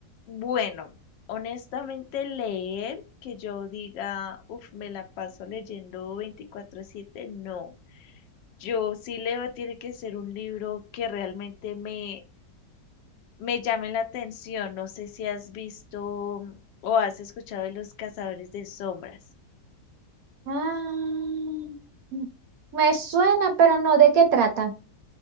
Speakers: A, on the left; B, on the right.
A: bueno, honestamente leer que yo diga, uff, me la paso leyendo veinticuatro siete, no. Yo sí leo, tiene que ser un libro que realmente me, me llame la atención. No sé si has visto o has escuchado de Los Cazadores de Sombras.
B: Ah, mm, me suena, pero no, ¿de qué trata?